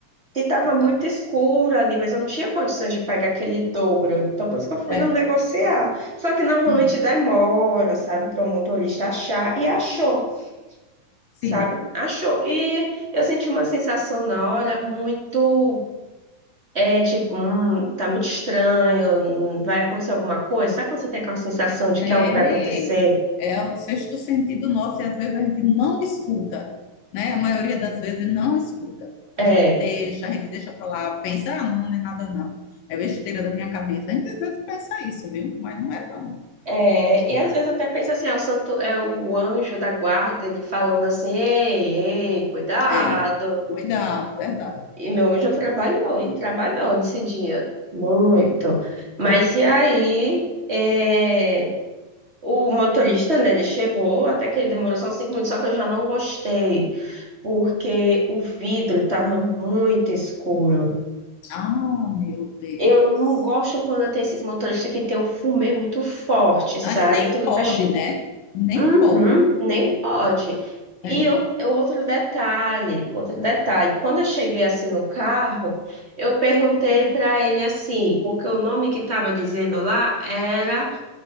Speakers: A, on the right; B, on the left.
A: e
B: É
A: tava
B: verdade.
A: muito escuro ali, mas eu não tinha condições de pagar aquele dobro. Então, por isso que eu fui
B: É,
A: não negociar. Só que normalmente
B: hum,
A: demora, sabe, para o motorista achar. E achou,
B: sim.
A: sabe? Achou. E eu senti uma sensação na hora muito. É tipo, hum, tá muito estranho, hum, vai acontecer alguma coisa. Sabe quando você tem aquela sensação de
B: Sei.
A: que algo vai acontecer?
B: É o sexto sentido nosso e às vezes a gente não escuta, né? A maioria das vezes não escuta.
A: É,
B: A gente deixa, a gente deixa para lá, pensa, ah, não, não é nada não. É besteira da minha cabeça. A gente às vezes pensa isso, viu? Mas não é não.
A: É, e às vezes até pensa assim, é o santo, é o anjo da guarda, ele falando assim, ei, ei, cuidado.
B: É. Cuidado, verdade.
A: E meu anjo trabalhou, e trabalhou nesse dia, muito. Mas
B: Oh,
A: e aí, é, o motorista, né, ele chegou, até que ele demorou só uns cinco minutos, só que eu já não gostei, porque o vidro estava muito escuro.
B: ah, meu Deus.
A: Eu não gosto quando tem esses motoristas que tem o fumê muito forte,
B: Daí
A: sabe?
B: nem
A: Tudo
B: pode,
A: faz
B: né? Nem
A: Uhum,
B: pode.
A: nem pode. E
B: É.
A: o outro detalhe, outro detalhe. Quando eu cheguei assim no carro, eu perguntei para ele assim, porque o nome que estava dizendo lá era,